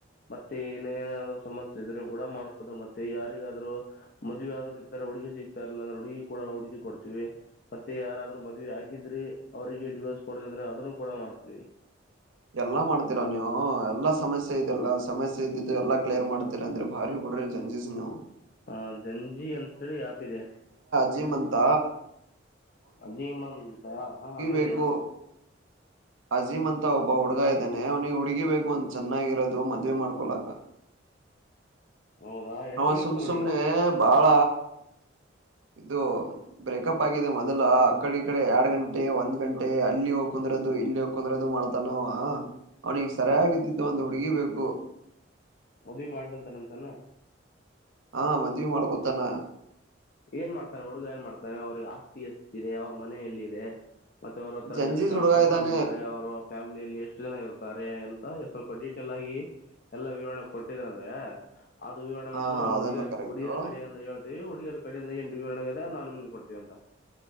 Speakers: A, on the left (about 45°); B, on the right (about 80°).
A: ಮತ್ತೆ ಇನ್ನೇಏನಾದ್ರು ಸಮಸ್ಯೆ ಇದ್ರೆ ಕೂಡ ಮಾಡದು ಮತ್ತೆ ಯಾರಿಗಾದ್ರು. ಮದ್ವಿ ಅಡೂರು ಇರ್ತಾರೆ ಹುಡುಗಿ ಸಿಗ್ತಾ ಇರ್ಲಿಲ್ಲ ಅಂದ್ರೆ ಹುಡುಗಿ ಕೂಡ ಹುಡುಗಿ ಕೊಡ್ತೀವಿ ಮತ್ತೆ ಯಾರಾದ್ರರು ಮದ್ವಿ ಆಗಿದ್ರೆ ಅವರಿಗೆ ಡಿವೋರ್ಸ್ ಕೊಡದ ಅಂದ್ರೆ ಅದನ್ನು ಕೂಡ ಮಾಡ್ತೀವಿ.
B: ಎಲ್ಲಾ ಮಾಡ್ತೀರಾ ನೀವು ಎಲ್ಲಾ ಸಮಸ್ಯೆ ಇದೆಲ್ಲಾ ಸಮಸ್ಯೆ ಇದ್ದಿದ್ದು ಎಲ್ಲಾ ಕ್ಲಿಯರ್ ಮಾಡ್ತೀರಾ ಅಂದ್ರೆ ಭಾರಿ ಬಿಡ್ರಿ ಜಂಜೀಸ್ ನೀವು.
A: ಹಾ ಜಂಜಿ ಅಂತೇಳಿ ಯಾಪಿದೆ.
B: ಜೀಮಂತ
A: ಜೀಮಂತ ಹ ಹಾ ಹೇಳಿ
B: ಬೇಕು ಅಜೀಮ್ ಅಂತ ಒಬ್ಬ ಹುಡ್ಗ ಇದ್ದಾನೆ ಅವ್ನಿಗೆ ಹುಡ್ಗಿ ಬೇಕು ಒಂದ ಚೆನ್ನಾಗಿರೋದು ಮದ್ವೆ ಮಾಡ್ಕೊಳಕ್ಕ.
A: ಹೌದಾ ಹೆಸರು
B: ಅವ
A: ಹೇಳತ್
B: ಸುಮ್ನಸುಮ್ನೆ
A: ನೋಡಿ
B: ಬಾಳ. ಇದು ಬ್ರೇಕಪ್ ಆಗಿದೆ ಮೊದಲ ಆ ಕಡೆ ಈ ಕಡೆ ಎರಡ್ ಗಂಟೆ ಒಂದ್ ಗಂಟೆ ಅಲ್ಲಿ ಹೋಗ ಕುಂದ್ರದು ಇಲ್ಲಿ ಹೋಗ ಕುಂದ್ರದು ಮಾಡ್ತಾನ ಅವ್ನಿಿಗೆ ಸರಿಯಾಗಿದ್ದಿದ್ದು ಒಂದು ಹುಡುಗಿ ಬೇಕು.
A: ಮದಿವಿ ಮಾಡ್ಕಂತನಂತಾನ.
B: ಹಾ ಮದ್ವಿೆ ಮಾಡಕೊತಾನ
A: ಏನ್ ಮಾಡ್ತಾನೆ ಹುಡುಗ ಏನ್ ಮಾಡ್ತಾನೆ ಅವ್ರಿಗೆ ಆಸ್ತಿ ಅಷ್ಟ ಇಿದೆ ಅವ್ರ ಮನೆ ಎಲ್ ಇದೆ. ಮತ್ತೆ ಅವ್ರತ್ರರ
B: ಜಂಜೀಸ್
A: ಎಷ್ಟು ಅಣಂತ
B: ಹುಡುಗ
A: ಮಾರ
B: ಇದ್ದಾನೆ
A: ಇದಾರೆ ಅವರು ಫ್ಯಾಮಿಲಿಯಲ್ಲಿ ಎಷ್ಟು ಜನ ಇರ್ತಾರೆ ಎಂತ ಸ್ವಲ್ಪ ಡೀಟೇಲ್ ಆಗಿ ಎಲ್ಲಾ ವಿವರಣೆ ಕೊಟ್ಟಿದ್ರ ಅಂದ್ರೆ. ಅದು ವಿರಣೆ
B: ಹಾ
A: ನಾನು
B: ಅದನ್ನು
A: ಉಡಿಯಾರ್
B: ಕರೆಕ್ಟು
A: ಉುಡುಿಯರ್ ಕಡೆ ಇಂದ ಹೇಳ್ತೀವಿ. <unintelligible> ಕಡಿಂದ ಎಂು ವಿವರಣೆ ಇದೆ ನಾವು ನಿಮ್ಗೆ ಕೊಡ್ತೀವ ಅಂತ